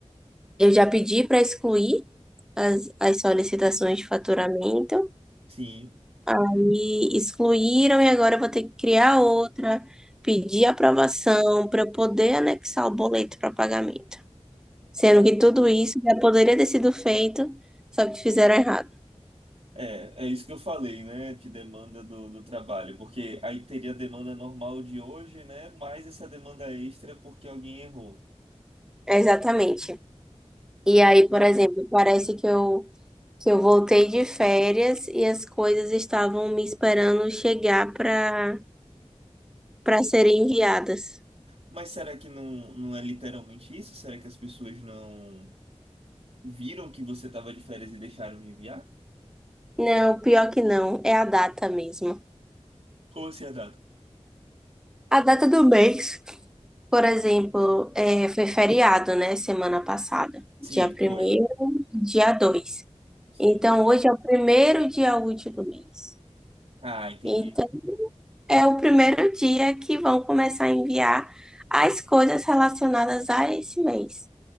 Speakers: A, in the centre; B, on the right (about 60°).
A: Eu já pedi para excluir as, as solicitações de faturamento.
B: Sim.
A: Aí excluíram e agora eu vou ter que criar outra, pedir aprovação para eu poder anexar o boleto para pagamento. Sendo
B: Tá.
A: que tudo isso já poderia ter sido feito, só que fizeram errado.
B: É, é isso que eu falei, né? De demanda do, do trabalho. Porque aí teria a demanda normal de hoje, né? Mais essa demanda extra porque alguém errou.
A: É, Exatamente. E aí, por exemplo, parece que eu, que eu voltei de férias e as coisas estavam me esperando chegar para para serem enviadas.
B: Mas será que não, não é literalmente isso? Será que as pessoas não viram que você estava de férias e deixaram de enviar?
A: Não, pior que não, é a data mesmo.
B: Como assim a data?
A: A data do mês, por exemplo, é, foi feriado, né, semana passada,
B: Sim,
A: dia primeiro
B: foi.
A: dia dois
B: Sim.
A: Então, hoje é o primeiro dia útil do mês.
B: Ah, entendi.
A: Então, é o primeiro dia que vão começar a enviar as coisas relacionadas a esse mês.